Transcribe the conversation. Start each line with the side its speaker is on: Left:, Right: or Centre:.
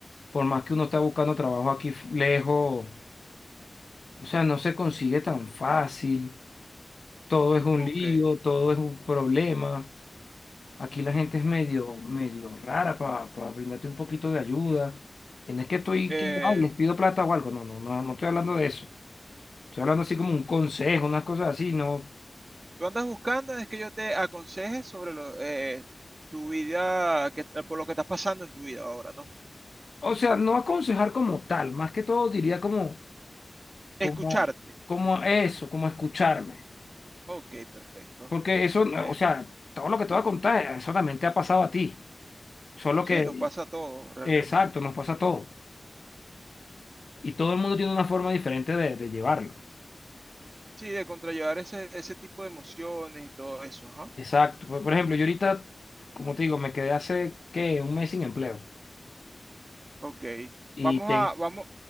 Left: por más que uno está buscando trabajo aquí f- lejos, o sea, no se consigue tan fácil, todo es un
Right: Ok.
Left: lío, todo es un problema. Aquí la gente es medio, medio rara para brindarte un poquito de ayuda. Y no es que estoy
Right: Eh,
Left: que, ay, les pido plata o algo, no, no, no, no estoy hablando de eso. Estoy hablando así como un consejo, unas cosas así, no.
Right: tú andas buscando es que yo te aconseje sobre lo, eh, tu vida, que- eh, por lo que estás pasando en tu vida ahora, ¿no?
Left: O sea, no aconsejar como tal, más que todo diría como,
Right: Escucharte.
Left: como, como eso, como escucharme.
Right: Ok, perfecto.
Left: Porque eso,
Right: Eh,
Left: o sea, todo lo que te voy a contar, eso también te ha pasado a ti. Solo
Right: sí,
Left: que,
Right: nos pasa a todos realmente.
Left: exacto, nos pasa a todos. Y todo el mundo tiene una forma diferente de, de llevarlo.
Right: Sí, de contrallevar ese, ese tipo de emociones y todo eso, ajá.
Left: Exacto. Por, por ejemplo, yo ahorita, como te digo, me quedé hace, ¿qué? Un mes sin empleo.
Right: Ok, vamos
Left: Y te-
Right: a, vamos,